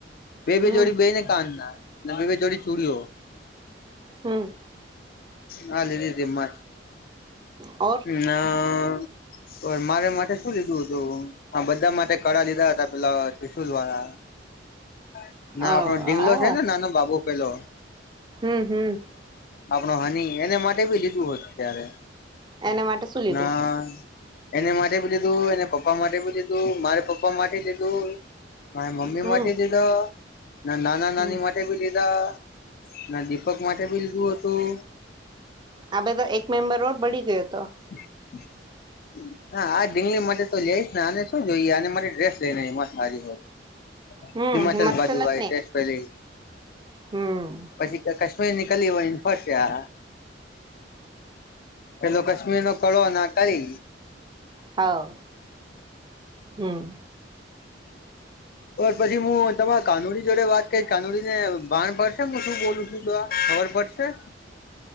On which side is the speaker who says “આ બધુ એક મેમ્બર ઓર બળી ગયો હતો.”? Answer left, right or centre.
Right